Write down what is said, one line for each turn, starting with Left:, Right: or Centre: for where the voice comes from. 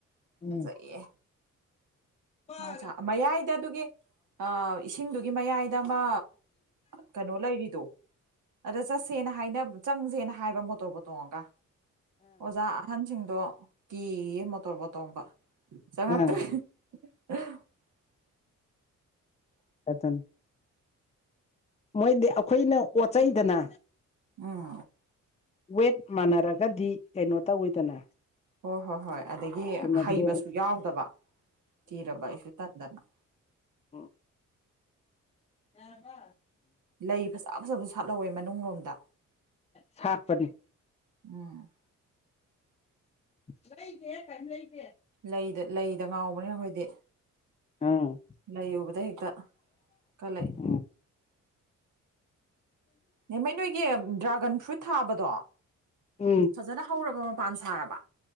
Left: ꯎꯝ
Right: ꯐꯖꯩꯌꯦ꯫
Left: ꯑꯥ
Right: ꯑꯆꯥ ꯃꯌꯥꯏꯗ ꯑꯗꯨꯒꯤ ꯑ ꯏꯁꯤꯡꯗꯨꯒꯤ ꯃꯌꯥꯏ꯫ ꯗꯑꯃ ꯀꯩꯅꯣ ꯂꯩꯔꯤꯗꯣ꯫ ꯑꯗ ꯆꯠꯁꯦꯅ ꯍꯥꯏꯅꯕ ꯆꯪꯁꯦꯅ ꯍꯥꯏꯕ ꯃꯣꯇꯣꯔꯕꯣꯠ ꯇꯣꯡꯉꯒ꯫ ꯑꯣꯖꯥ ꯑꯍꯟꯁꯤꯡꯗꯣ ꯀꯤꯌꯦ ꯃꯣꯇꯣꯔꯕꯣꯠ ꯇꯣꯡꯕ꯫ ꯆꯉꯛ
Left: ꯑꯥ
Right: ꯇꯦ꯫ <unintelligible>
Left: <unintelligible> ꯃꯣꯏꯗꯤ ꯑꯩꯈꯣꯏꯅ ꯑꯣꯠꯆꯩꯗꯅ
Right: ꯎꯝ
Left: ꯋꯦꯠ꯫ ꯃꯥꯟꯅꯔꯒꯗꯤ ꯀꯩꯅꯣ ꯇꯧꯋꯤꯗꯅ꯫
Right: ꯍꯣꯏ ꯍꯣꯏ ꯍꯣꯏ ꯑꯗꯒꯤ
Left: ꯀꯩꯁꯨ ꯅꯠꯇꯦ
Right: ꯍꯩꯕꯁꯨ ꯌꯥꯎꯗꯕ ꯀꯤꯔꯕ ꯑꯩꯁꯨ ꯇꯟꯗꯅ꯫
Left: ꯎꯝ꯫ ꯌꯥꯔꯕ꯫
Right: ꯂꯩ ꯐꯖ ꯐꯖꯕꯁꯨ ꯁꯥꯠꯍꯧꯋꯦ ꯃꯅꯨꯡ ꯂꯣꯝꯗ꯫
Left: ꯁꯥꯠꯄꯅꯤ
Right: ꯎꯝ꯫
Left: ꯂꯩꯗꯦ ꯀꯦꯝ ꯂꯩꯗꯦ꯫
Right: ꯂꯩꯗ ꯂꯩꯗ ꯉꯥꯎꯕꯅꯤ ꯑꯩꯈꯣꯏꯗꯤ꯫
Left: ꯎꯝ
Right: ꯂꯩ ꯎꯕꯗ ꯍꯦꯛꯇ ꯀꯜꯂꯛꯑꯦ꯫
Left: ꯎꯝ
Right: ꯅꯦꯃꯦ ꯅꯣꯏꯒꯤ ꯗ꯭ꯔꯥꯒꯟ ꯐ꯭ꯔꯨꯏꯠ ꯊꯥꯕꯗꯣ
Left: ꯎꯝ
Right: ꯐꯖꯅ ꯍꯧꯔꯕ꯫ ꯄꯥꯟ ꯁꯥꯔꯕ꯫